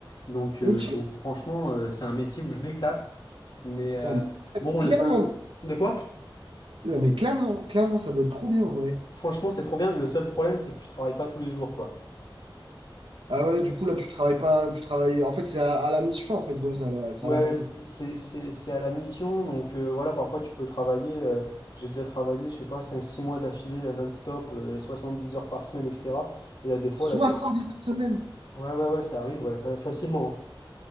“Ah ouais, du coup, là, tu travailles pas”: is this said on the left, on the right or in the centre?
Right